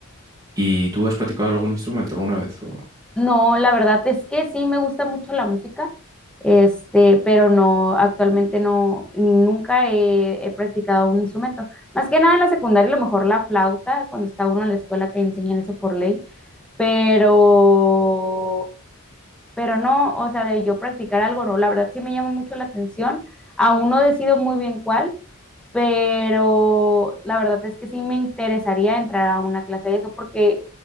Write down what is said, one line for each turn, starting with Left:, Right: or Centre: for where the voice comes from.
Right: ¿Y tú has practicado algún instrumento alguna vez? o no?
Centre: No, la verdad es que sí me gusta mucho la música, este, pero no, actualmente no, nunca he, he practicado un instrumento. Más que nada en la secundaria, a lo mejor la flauta, cuando está uno en la escuela que le enseñan eso por ley, pero, pero no, o sea, de yo practicar algo, no, la verdad sí me llama mucho la atención. Aún no decido muy bien cuál, pero la verdad es que sí me interesaría entrar a una clase de eso porque